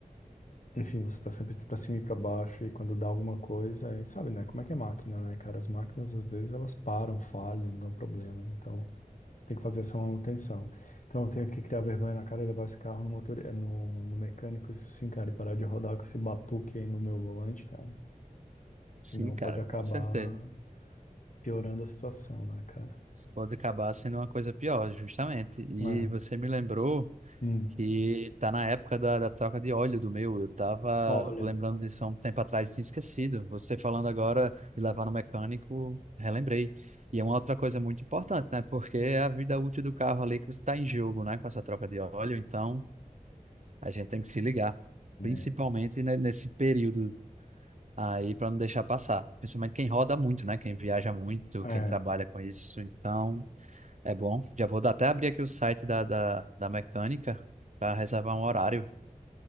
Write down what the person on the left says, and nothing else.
enfim, você tá sempre pra cima e pra baixo, e quando dá alguma coisa, e sabe, né? Como é que é máquina, né, cara? As máquinas, às vezes, elas param, falham, dão problemas, então tem que fazer essa manutenção. Então eu tenho que criar vergonha na cara e levar esse carro no motor, eh, no, no mecânico, isso sim, cara, e parar de rodar com esse batuque aí no meu volante, cara. Senão
pode acabar
piorando a situação, né, cara?
É.
Hum.
Olha.
É.
É.